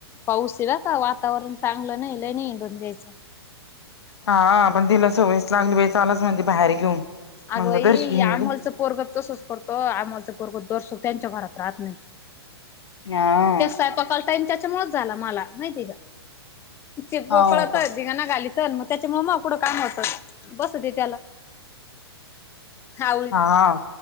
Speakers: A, on the left; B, on the left.
A: पाऊस ईला का वातावरण चांगलं नाही, लई नाही हिंडून द्यायचं.
B: हा आ पण तिला सवयच लागली बाई, चालच म्हणली बाहेर घेऊन.
A: आग
B: मग
A: बाई
B: दर्शी हिंडली.
A: या अमोलच पोरग तसच करतो, आमोलचं पोरग तर तस त्यांच्या घरात राहत नाही.
B: न्हा.
A: ते सयपाकाला टाईम तेच्यामुळेच झाला मला माहितीये का? ची बोकळत
B: हाव का?
A: येत. ते ना गालीच मग त्याच्या म मागपूडं काम होतं. बसु दे त्याला खावळी,
B: हा